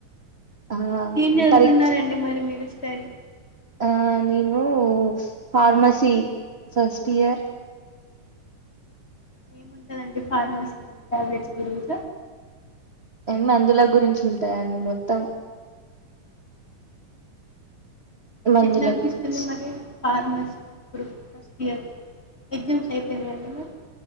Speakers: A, on the right; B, on the left.
A: ఆ
B: ఏం చదువుతున్నారండి
A: పరీక్ష
B: మరి మీరు స్టడీ
A: ఆ నేను ఫార్మసి ఫస్ట్ ఇయర్
B: ఏముంటదండి ఫార్మసీలో టాబ్లెట్స్ గురించ
A: ఏ మందుల గురించి ఉంటాయండి మొత్తం. మందుల
B: ఎట్ల అనిపిస్తుంది
A: గురించి
B: మరి ఫార్మసీ ఇప్పుడు ఫస్ట్ ఇయర్ ఎగ్జామ్స్ అయిపోయినాయ అండి మరి